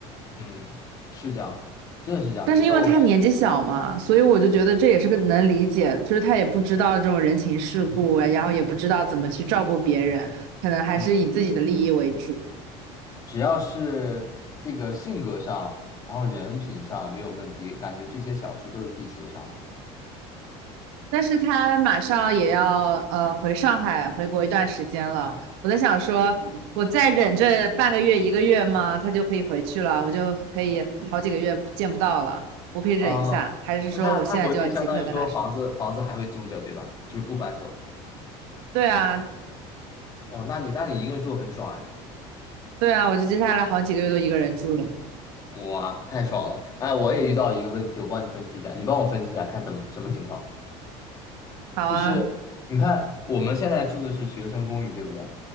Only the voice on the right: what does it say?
但是因为他年纪小嘛，
所以我就觉得这也是个能理解，就是他也不知道这种人情世故啊，然后也不知道怎么去照顾别人，可能还是以自己的利益为主。
但是他马上也要呃回上海回国一段时间了，我在想说，我再忍这半个月一个月吗？他就可以回去了，我就可以好几个月见不到了，我可以忍一下，
还是说我现在就要即刻跟他说？
对啊，
对啊，我就接下来好几个月都一个人住了。
好啊，